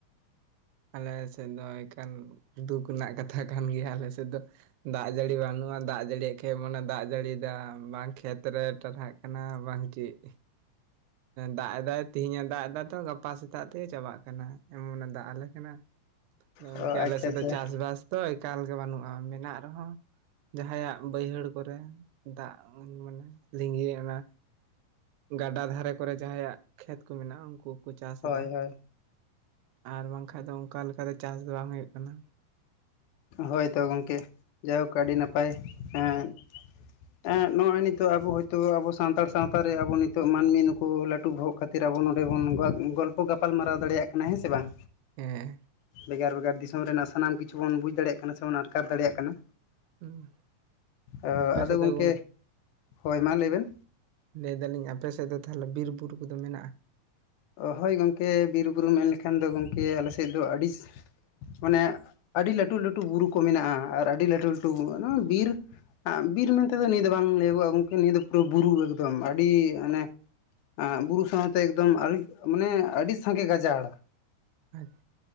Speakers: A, on the right; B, on the left.
A: ᱟᱞᱮ ᱥᱮᱫ ᱫᱚ ᱮᱠᱟᱞ ᱫᱩᱠ ᱨᱮᱱᱟᱜ ᱠᱟᱛᱷᱟ ᱠᱟᱱ ᱜᱮᱭᱟ ᱟᱞᱮ ᱥᱮᱫ ᱫᱚ? ᱫᱟᱜ ᱡᱟᱹᱲᱤ ᱵᱟᱹᱱᱩᱜᱼᱟ ᱫᱟᱜ ᱡᱟᱹᱲᱤᱭ ᱠᱷᱮᱡ ᱢᱚᱱᱮ ᱫᱟᱜ ᱡᱟᱹᱲᱤᱭ ᱫᱟᱢ ᱵᱟᱝ ᱠᱷᱮᱛᱨᱮ ᱴᱟᱨᱦᱟᱜ ᱠᱟᱱᱟ ᱵᱟᱝ ᱪᱮᱫ᱾ ᱫᱟᱜ ᱮᱫᱟᱭ ᱛᱮᱦᱤᱧᱮ ᱫᱟᱜ ᱮᱫᱟ ᱛᱚ ᱜᱟᱯᱟ ᱥᱮᱛᱟᱜ ᱛᱮᱭ ᱪᱟᱵᱟᱜ ᱠᱟᱱᱟ ᱮᱢᱚᱱ ᱫᱟᱜ ᱟᱞᱮ ᱠᱟᱱᱟ᱾ ᱜᱚᱝᱠᱮ
B: ᱚ
A: ᱟᱞᱮ
B: ᱟᱪᱪᱷᱟ
A: ᱥᱮᱫ
B: ᱟᱪᱪᱷᱟ
A: ᱫᱚ ᱪᱟᱥᱵᱟᱥ ᱛᱚ ᱮᱠᱟᱞ ᱜᱮ ᱵᱟᱹᱱᱩᱜᱼᱟ ᱢᱮᱱᱟᱜ ᱨᱮᱦᱚᱸ ᱡᱟᱦᱟᱸᱭᱟᱜ ᱵᱟᱹᱭᱦᱟᱹᱲ ᱠᱚᱨᱮ ᱫᱟᱜ ᱢᱟᱱᱮ ᱞᱤᱸᱜᱤ ᱚᱱᱟ ᱜᱟᱰᱟ ᱫᱷᱟᱨᱮ ᱠᱚᱨᱮ ᱡᱟᱦᱟᱸᱭᱟᱜ ᱠᱷᱮᱛ ᱠᱚ ᱢᱮᱱᱟᱜᱼᱟ ᱩᱱᱠᱩᱠᱚ ᱪᱟᱥ
B: ᱦᱳᱭ
A: ᱮᱫᱟ᱾
B: ᱦᱳᱭ
A: ᱟᱨ ᱵᱟᱝᱠᱷᱟᱡ ᱫᱚ ᱚᱱᱠᱟ ᱞᱮᱠᱟ ᱫᱚ ᱪᱟᱥ ᱫᱚ ᱵᱟᱝ ᱦᱩᱭᱩᱜ ᱠᱟᱱᱟ᱾
B: ᱦᱳᱭ ᱛᱚ ᱜᱚᱝᱠᱮ ᱡᱟᱭᱦᱳᱠ ᱟᱹᱰᱤ ᱱᱟᱯᱟᱭ ᱮᱸ ᱮᱸᱜ ᱱᱚᱜᱼᱚᱭ ᱱᱤᱛᱚᱜ ᱟᱵᱚ ᱦᱚᱭᱛᱳ ᱟᱵᱚ ᱥᱟᱱᱛᱟᱲ ᱥᱟᱶᱛᱟ ᱨᱮ ᱟᱵᱚ ᱱᱤᱛᱚᱜ ᱢᱟᱹᱱᱢᱤ ᱱᱩᱠᱩ ᱞᱟᱹᱴᱩ ᱵᱚᱦᱚᱜᱽ ᱠᱷᱟᱹᱛᱤᱨ ᱟᱵᱚ ᱱᱚᱰᱮ ᱵᱚᱱ ᱜᱚᱞᱯᱚ ᱜᱟᱯᱟᱞᱢᱟᱨᱟᱣ ᱫᱟᱲᱮᱭᱟᱜ ᱠᱟᱱᱟ ᱦᱮᱸ ᱥᱮ ᱵᱟᱝ?
A: ᱦᱮᱸ
B: ᱵᱷᱮᱜᱟᱨ ᱵᱷᱮᱜᱟᱨ ᱫᱤᱥᱚᱢ ᱨᱮᱱᱟᱜ ᱥᱟᱱᱟᱢ ᱠᱤᱪᱷᱩ ᱵᱚᱱ ᱵᱩᱡᱽ ᱫᱟᱲᱮᱭᱟᱜ ᱠᱟᱱᱟ ᱥᱮᱵᱚᱱ ᱟᱴᱠᱟᱨ ᱫᱟᱲᱮᱭᱟᱜ ᱠᱟᱱᱟ᱾
A: ᱦᱩᱸ
B: ᱟ
A: ᱟᱯᱮ
B: ᱟᱫᱚ
A: ᱥᱮᱫ
B: ᱜᱚᱝᱠᱮ
A: ᱫᱚ
B: ᱦᱳᱭ ᱢᱟ ᱞᱟᱹᱭ ᱵᱮᱱ᱾
A: ᱞᱟᱹᱭ ᱫᱟᱞᱤᱧ ᱟᱯᱮ ᱥᱮᱫ ᱫᱚ ᱛᱟᱦᱚᱞᱮ ᱵᱤᱨ ᱵᱩᱨᱩ ᱠᱚᱫᱚ ᱢᱮᱱᱟᱜᱼᱟ᱾
B: ᱚ ᱦᱳᱭ ᱜᱚᱝᱠᱮ ᱵᱤᱨᱼ ᱵᱩᱨᱩ ᱢᱮᱱ ᱞᱮᱠᱷᱟᱱ ᱫᱚ ᱜᱚᱝᱠᱮ ᱟᱞᱮ ᱥᱮᱫ ᱫᱚ ᱟᱹᱰᱤ ᱢᱟᱱᱮ ᱟᱹᱰᱤ ᱞᱟᱹᱴᱩ ᱞᱟᱹᱴᱩ ᱵᱩᱨᱩ ᱠᱚ ᱢᱮᱱᱟᱜᱼᱟ ᱟᱨ ᱟᱹᱰᱤ ᱞᱟᱹᱴᱩ ᱞᱟᱹᱴᱩ ᱵᱤᱨ ᱵᱤᱨ ᱢᱮᱱᱛᱮᱫᱚ ᱱᱤᱭᱟᱹ ᱫᱚ ᱵᱟᱝ ᱞᱟᱹᱭᱟᱜᱼᱟ ᱜᱚᱝᱠᱮ ᱱᱤᱭᱟᱹ ᱫᱚ ᱯᱩᱨᱚ ᱵᱩᱨᱩ ᱮᱠᱫᱚᱢ ᱟᱹᱰᱤ ᱢᱟᱱᱮ ᱟᱸ ᱵᱩᱨᱩ ᱥᱟᱶᱛᱮ ᱮᱠᱫᱚᱢ ᱢᱟᱱᱮ ᱟᱹᱰᱤ ᱥᱟᱸᱜᱮ ᱜᱟᱡᱟᱲ
A: ᱟᱪᱪᱷ